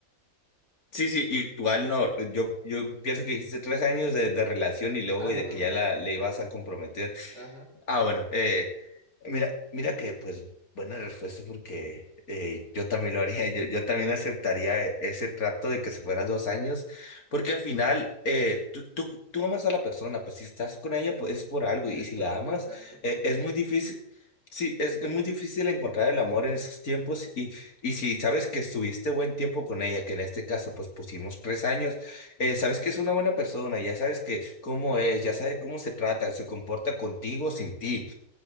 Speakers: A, on the left (about 80°); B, on the right (about 50°).
A: Sí, sí, igual no, yo, yo pienso que dijiste tres años de, de relación y luego
B: Ah,
A: de
B: no,
A: que
B: no.
A: ya la, le ibas a comprometer.
B: Ajá.
A: Ah, bueno, eh, mira, mira que pues buena respuesta porque eh, yo también lo haría, yo, yo también aceptaría e- ese trato de que se fueran dos años, porque al final eh, tú, tú, tú amas a la persona, pues si estás con ella pues es por algo
B: Es
A: y si
B: por
A: la
B: algo
A: amas
B: exacto.
A: eh, es muy difícil, sí, es, es muy difícil encontrar el amor en esos tiempos y, y si sabes que estuviste buen tiempo con ella, que en este caso pues pusimos tres años, eh, sabes que es una buena persona, ya sabes que cómo es, ya sabes cómo se trata, se comporta contigo, sin ti.